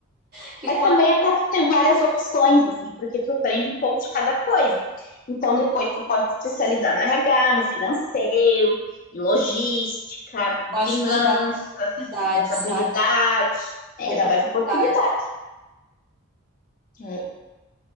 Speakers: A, on the right; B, on the left.
A: Porque
B: Mas
A: quando
B: também é para tu ter várias opções, assim, porque tu aprende um pouco de cada coisa. Então, depois tu pode se especializar no RH, no financeiro, em logística, em
A: eu acho
B: finanças,
A: que te dá mais oportunidade,
B: em contabilidade.
A: sabe?
B: É,
A: Oportunidade.
B: dá mais oportunidade. É.